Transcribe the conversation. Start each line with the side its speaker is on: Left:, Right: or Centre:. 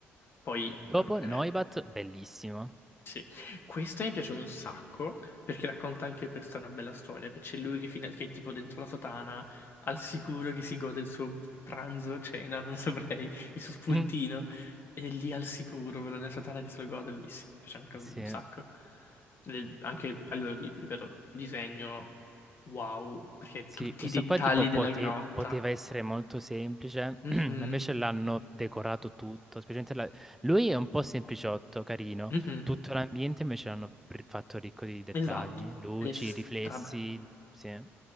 Left: Poi,
Centre: Dopo
Left: ok.
Centre: Noibat, bellissimo.
Left: Sì, questa mi piace un sacco perché racconta anche questa una bella storia, che c'è lui che, fino- che è tipo dentro la sotana, al sicuro che si gode il suo pranzo, cena, non <laughs> saprei, il suo spuntino,
Centre: Mhm.
Left: e lì al sicuro, quello nella sotana che se lo gode, bellissimo, mi piace anche
Centre: Sì,
Left: un sacco. E anche a livello di, ripeto, disegno, wow, perché
Centre: sì,
Left: tutti
Centre: questo
Left: i dettagli
Centre: qua tipo pote-
Left: della grotta.
Centre: poteva essere molto semplice,
Left: Mhm,
Centre: <clears throat> ma invece l'hanno decorato tutto. specialmente la- Lui è un po' sempliciotto, carino.
Left: mhm,
Centre: Tutto l'ambiente invece l'hanno pr- fatto ricco di dettagli,
Left: esatto,
Centre: luci,
Left: è strabello,
Centre: riflessi, sì.